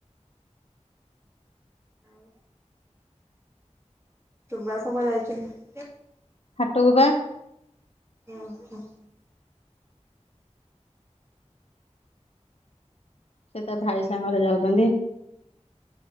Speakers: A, on the right; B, on the left.
A: ଆଉ ସୁୁବାସ କୁଆଡେ ଯାଇଚନ୍ତି?
B: ହାଟକୁ ପା।
A: ଓ ହୋ।
B: ସେ ତା ଭାଇ ସାଙ୍ଗରେ ଯାଉଚନ୍ତି।